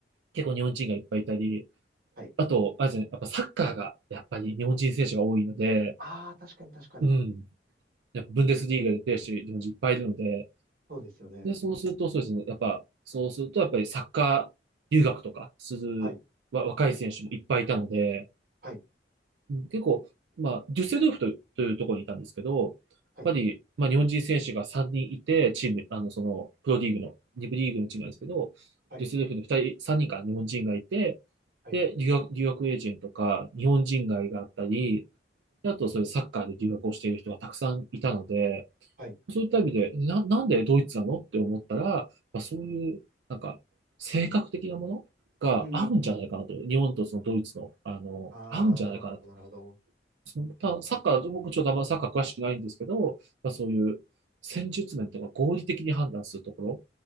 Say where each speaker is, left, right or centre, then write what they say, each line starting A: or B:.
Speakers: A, on the right; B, on the right.
A: 結構日本人がいっぱいいたり、
B: はい
A: あと、あれですね、やっぱサッカーがやっぱり日本人選手が多いので、
B: ああ、確かに確かに。
A: うん。やっぱブンデスリーガでプレーしてる日本人いっぱいいるので、
B: はい。そうですよね。
A: で、そうすると、そうですね。やっぱ、そうすると、やっぱりサッカー留学とかするわ若い選手もいっぱいいたので、
B: はい。はい。
A: うん結構、まあ、デュッセルドルフという、というところにいたんですけど、
B: はい。
A: やっぱり、まあ、日本人選手が3人いて、チーム、あの、その、プロリーグの、リ部リーグのチームなんですけど、
B: はい。
A: デュッセルドルフに2人、3人か日本人がいて、
B: はい。
A: で、留学、留学エージェントとか、日本人街があったり、であと、そういうサッカーで留学をしている人がたくさんいたので、
B: はい。
A: そういった意味で、な、なんでドイツなのって思ったら、まあ、そういう、なんか、性格的なものが合うんじゃないかなと。
B: うーん。
A: 日本とそのドイツの、あの、
B: ああ、
A: 合うんじゃないかなと。
B: なるほど、なるほど。
A: その、ただサッカー、僕ちょっとあんまサッカー詳しくないんですけど、まあ、そういう戦術面とか合理的に判断するところ、